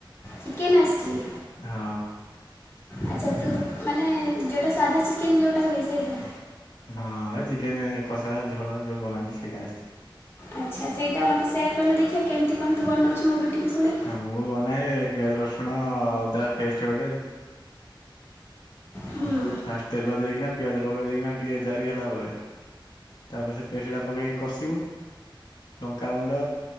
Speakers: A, on the left (about 25°); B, on the left (about 55°).
A: ଚିକେନ୍ ଆସିଚି।
B: ହଁ।
A: ଆଚ୍ଛା ତୁ ମାନେ ଯୋଉଟା ସାଧା ଚିକେନ୍ ଯୋଉଟା ହୁଏ ସେଇଟା।
B: ହଁ ଚିକେନ କଷା ଝୋଳ ଯୋଉ ବନାନ୍ତି ସେଇଟା ଆସିଚି।
A: ଆଚ୍ଛା। ସେଇଟା ମୋତେ ସେୟାର କଲୁ ଦେଖିଆ କେମିତି କଣ ତୁ ବନଉଚୁ ମୁଁ ବି ଟିକେ ଶୁଣେ।
B: ମୁଁ ବନାଏ ପିଆଜ ରସୁଣ ଅଦା ପେଷ୍ଟ ଗୋଟେ
A: ହୁଁ।
B: ଫାଷ୍ଟ ତେଲ ଦେଇକିନା ପିଆଜ ପକେଇ ଦେଇକିନା ଟିକେ ଜାରି ହେଲା ପରେ ତାପରେ ସେ ପେଷ୍ଟଟା ପକେଇକି କଷିବୁ। ଲଙ୍କାଗୁଣ୍ଡ